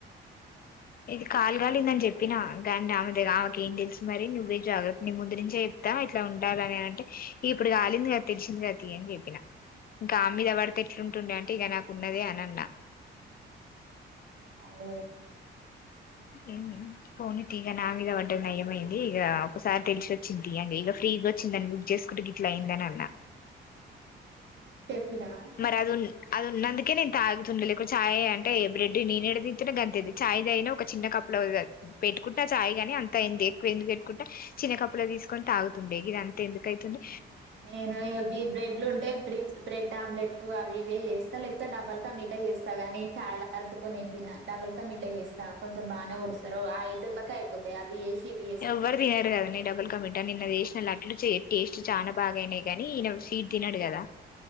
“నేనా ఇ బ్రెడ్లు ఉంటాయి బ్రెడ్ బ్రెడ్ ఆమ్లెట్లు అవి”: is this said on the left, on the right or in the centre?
Right